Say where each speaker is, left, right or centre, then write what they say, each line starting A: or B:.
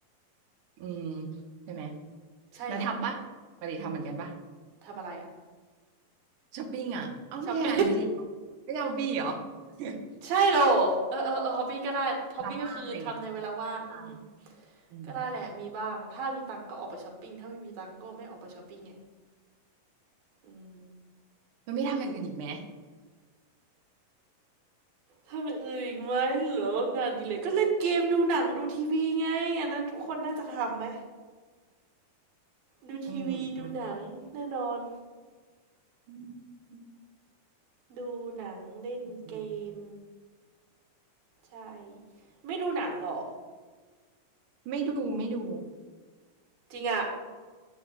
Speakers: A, on the right; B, on the right.
A: อืมใช่ไหม
B: ใช่เหรอ
A: แล้วทำปะปกติทำเหมือนกันปะ
B: ทำอะไรอะ
A: ช้อปปิ้งอ่ะเอ้าไม่ใช่อาร์ดีเจเหรอไม่ใช่บอบบี้เหรอ
B: ช้อปปิ้ง
A: <laughs>
B: <laughs> ใช่เหรอเออเออเออฮอบบี้ก็ได้ฮอบบี้ก็คือทำในเวลาว่างอืมอืม
A: เวลาบ้านอะไรเงี้ยทำอืม
B: ก็ได้แหละมีบ้างถ้ามีตังค์ก็ออกไปช้อปปิ้งถ้าไม่มีตังค์ก็ไม่ออกไปช้อปปิ้งไงอืม
A: มันไม่ทำอย่างอื่นอีกไหม
B: ทำอย่างอื่นอีกไหมเหรองานอดีเลกก็เล่นเกมดูหนังดูทีวีไงอันนั้นทุกคนน่าจะทำไหม ดูทีวีดูหนังแน่นอน
A: อืมอืมอืม
B: ดูหนังเล่นเกม
A: อืม
B: ใช่ไม่ดูหนังหรอ
A: ไม่ดูไม่ดู
B: จริงอะ